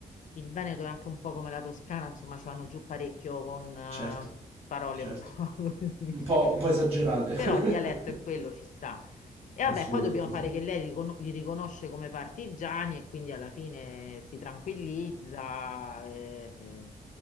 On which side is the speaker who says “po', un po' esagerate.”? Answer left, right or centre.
Right